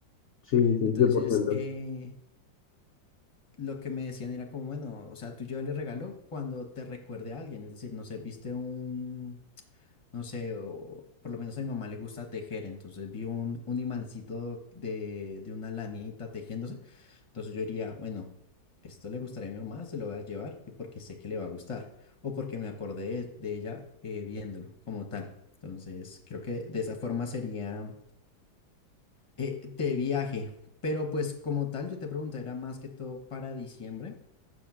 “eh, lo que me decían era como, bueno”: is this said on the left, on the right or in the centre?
Left